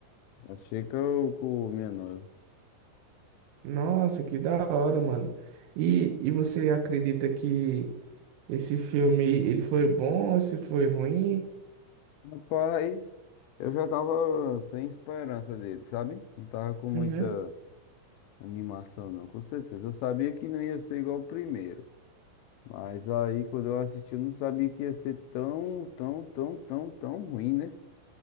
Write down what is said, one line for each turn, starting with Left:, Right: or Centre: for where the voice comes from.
Left: Achei que eu com o meu noivo.
Right: Nossa, que da hora, mano. E, e você acredita que esse filme ele foi bom, se foi ruim?
Left: Rapaz, eu já tava sem esperança dele, sabe? Não tava com muita
Right: Uhum.
Left: animação, não, com certeza. Eu sabia que não ia ser igual o primeiro. Mas aí, quando eu assisti, eu não sabia que ia ser tão, tão, tão, tão, tão ruim, né?